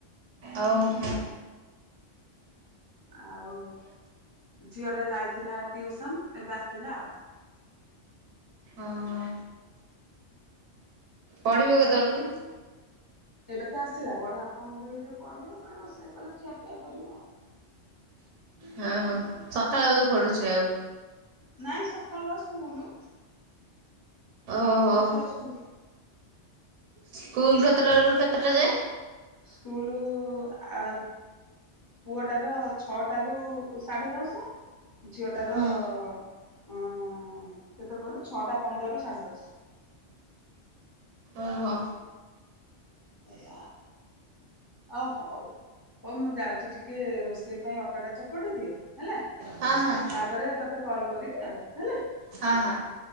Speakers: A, on the right (about 75°); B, on the left (about 25°).
A: ଓହୋ।
B: ଆଉ ଝିଅ ଟା ଯାଇଥିଲା ଟିଉସନ୍ ଏବେ ଆସିଲା ଆଉ।
A: ଓହୋ। ପଢିବ କେତେବେଳକୁ?
B: ଏବେ ତ ଆସିଲା ଗୋଡ ହାତ ମୁହଁ ଧୋଇହେଇ ଟିକେ ପଢିବ ପୁଣି ରୋଷେଇ କଲେ ଖିଆପିଆ କରିବ ଆଉ।
A: ହଁ ସକାଳେ ବଧେ ପଢୁଚି ଆଉ।
B: ନାଇଁ ସକାଳୁ ବା ସ୍କୁଲୁ।
A: ଓହୋ
B: ସଖାଳୁ ସ୍କୁଲ୍।
A: ସ୍କୁଲ କେତେଟା ରୁ କେତେଟା ଯାଏଁ?
B: ସ୍କୁଲୁ ଆ ପୁଅଟାର ଛଅଟା ରୁ ସାଢେ ଦଶ ଝିଅଟାର
A: ହଁ
B: ଅଁ -କେତେ କହିଲୁ ଛଅଟା ପନ୍ଦରରୁୁ ସାଢ଼େ ଦଶ୍।
A: ଓହୋ।
B: ଏଇଆ ଓ ହଉ। ହଉ ମୁଁ ଯାଉଚି ଟିକେ ରୋଷେଇ ପାଇଁ ଅଟାଟା ଚକଟି ଦିଏ ହେଲା।
A: ହଁ- ହଁ।
B: ତାପରେ ତତେ କଲ୍ କରିବି ଆଉ ହେଲା।
A: ହଁ- ହଁ।